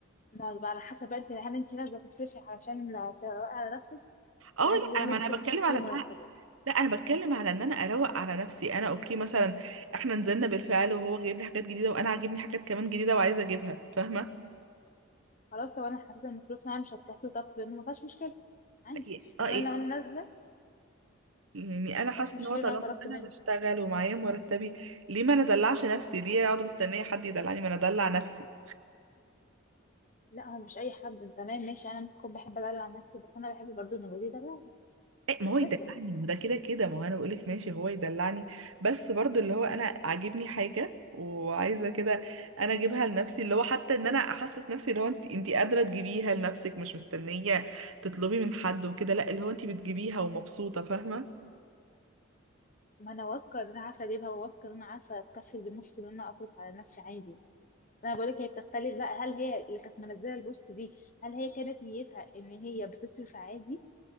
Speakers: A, on the left; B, on the right.
A: ما بقى على حسب انت هل انت نازله تصرفي علشان تروقي على نفسك
B: اه
A: ولا انت نازله
B: لا ما
A: تصرفي
B: انا بتكلم
A: عشان تشيلي
B: على إن
A: مرتبك
B: لا انا بتكلم على ان انا اروق على نفسي انا اوكي مثلا احنا نزلنا بالفعل وهو جايب لي حاجات جديده وانا عاجبني حاجات كمان جديده وعايزه اجيبها فاهمه
A: خلاص لو انا حسيت ان الفلوس معايا مش هتكفي وطلبت منه ما فيهاش مشكله عندي
B: ي- اه
A: انما
B: ايه
A: لو انا وانا نازله
B: يعني انا
A: ما
B: حاسه
A: فيهاش مشكله
B: ان هو طالما
A: ان انا طلبت
B: إن
A: منه
B: انا بشتغل ومعايا مرتبي ليه ما انا ادلعش نفسي ليه اقعد مستنيه حد يدلعني ما انا ادلع نفسي
A: لا هو مش اي حد انت تمام ماشي انا ممكن بحب ادلع عن نفسي بس انا بحب برضه نجودي ده لا
B: إيه، ما هو يدلعني
A: تفرق
B: ما هو ده كده كده ما هو انا بقولك ماشي هو يدلعني بس برضو اللي هو انا عاجبني حاجة وعايزة كده انا اجيبها لنفسي اللي هو حتى ان انا احسس نفسي اللي هو انت انت قادرة تجيبيها لنفسك مش مستنية تطلبي من حد وكده لا اللي هو انت بتجيبيها ومبسوطة فاهمة
A: ما انا واثقه ان انا عارفه اجيبها وواثقه ان انا عارفه اتكفل بنفسي ان انا اصرف على نفسي عادي انا بقولك هي بتختلف بقى هل هي اللي كانت منزله البوست دي هل هي كانت نيتها ان هي بتصرف عادي